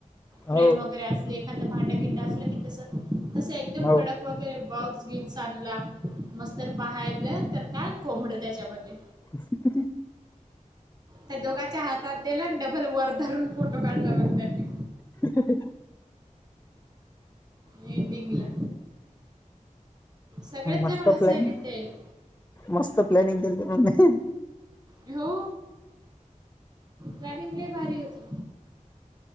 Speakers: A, on the right; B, on the left.
A: फ्रेम
B: हो
A: वगैरे असले एखाद पहाट्या गिंड अस की तस तसं एकदम
B: हो
A: कडक वगैरे ब स्वीट्स आणला मस्तर पाहायलं तर काय कोंबड त्याच्यामध्ये
B: शती
A: त्या दोघांच्या हातात दिल्या आणि डबल वर धरून फोटो काढला मग त्यांनी
B: ति त
A: एंडिंगला सगळेच
B: मस्त
A: जण हसायले
B: प्लॅनिंग
A: त्यायला
B: मस्त प्लॅनिंग केली त म
A: हो वॉर्निंग लय भारी होती